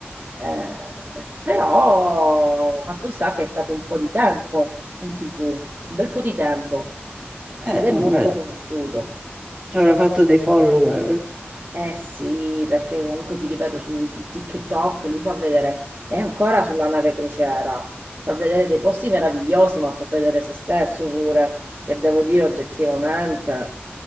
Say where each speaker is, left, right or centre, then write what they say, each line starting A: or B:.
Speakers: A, on the right; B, on the right.
A: Eh, però fatto sta che è stato un po' di tempo in TV, un bel po' di tempo
B: Eh,
A: ed è
B: vabbè,
A: molto conosciuto.
B: ci avrà fatto dei follower.
A: Eh sì, perché comunque ti ripeto su, su TikTok lui fa vedere, è ancora sulla nave crociera, fa vedere dei posti meravigliosi, ma fa vedere se stesso pure, che devo dire oggettivamente,